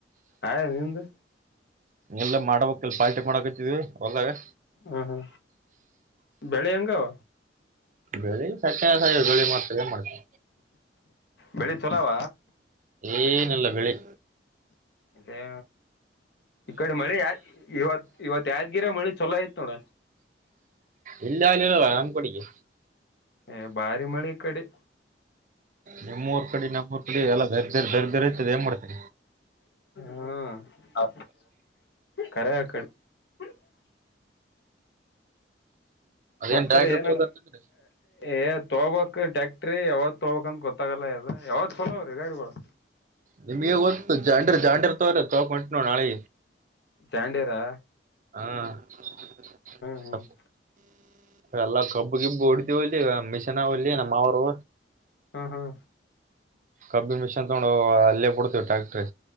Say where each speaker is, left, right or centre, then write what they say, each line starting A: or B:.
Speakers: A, on the left (about 65°); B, on the right (about 45°).
A: ಆಗ್ಯದ ನಿಂದು
B: ಇಲ್ಲ ಮಾಡಬೇಕ ಇಲ್ಲಿ ಪಾಲ್ಟಿ ಮಾಡಕತ್ತಿದವಿ ಹೊಲದಾಗ
A: ಹ್ಮ ಹ್ಮ ಬೆಳೆ ಹೆಂಗಾವ
B: ಬೆಳಿ ಸಕ್ಕತಾಗದ ಆಗ್ಯದ ಬೆಳಿ ತುಂಡು ಮಾಡ್ತಿ
A: ಬೆಳಿ ಚೊಲಾವ
B: ಏನಿಲ್ಲ ಬೆಳಿ
A: ಏ ಈ ಕಡೆ ಮಳಿ ಇವತ್ತು ಇವತ್ ಯಾದ್ಗಿರಗೆ ಮಳಿ ಚೊಲೋ ಆಯಿತ್ ನೋಡ
B: ಇಲ್ಲಿ ಆಗಿಲ್ಲಲ್ಲ ನಮ್ ಕಡಿಗೆ
A: ಏ ಭಾರಿ ಮಳಿ ಈ ಕಡೆ
B: ನಿಮ್ಮ್ ಊರ್ ಕಡೆ ನಮ್ಮೂಊರ್ ಕಡೆ ಎಲ್ಲ ದರಿದ್ರ ದರಿದ್ರ ಹತ್ಯಾದ್ ಏನ್ ಮಾಡ್ತಿ
A: ಹ್ಮ ಕರೆ ಆಕಡೆ <unintelligible>
B: ಅದೇನ್
A: ಮತ್ತ
B: ಟ್ರ್ಯಾಕ್ಟರ್
A: ಏನ್
B: ತಗೋದಂತಂದ್ರೆ
A: ನಡದಾದ ಏನ್ ತೋಬಬೇಕ್ ಟ್ಯಾಕ್ಟ್ರಿ ಯಾವಾಗ ತೋಬಬೇಕಂತ ಗೊತ್ತಾಗಲ್ಲ ಯಾವದ ಚೊಲೋ ಆವ್ರೀ ಗಾಡಿಗಳು
B: ನಿಮ್ಗೆ ಗೋತ್ತು ಜಾಂಡ್ರ ಜಾಂಡರ್ ತೊರಿ ತಗೋ ಅಂತ ನೊಡ್ ನಾಳೆ
A: ತಾಂಡಿರಾ
B: ಹಾ <unintelligible>
A: ಹ್ಮ್
B: ಎಲ್ಲಾ ಕಬ್ಬು ಗಿಬ್ಬು ಹೊಡತಿವಲ್ಲಿ ಮಿಷನ್ ಒಲ್ಲಿ ನಮ್ಮವರು
A: ಹ್ಮ ಹ್ಮ
B: ಕಬ್ಬಿ ಮಿಷನ್ ತಗೊಂಡು ಅಲ್ಲೇ ಬಿಡ್ತೇವಿ ಟ್ರ್ಯಾಕ್ಟ್ರಿ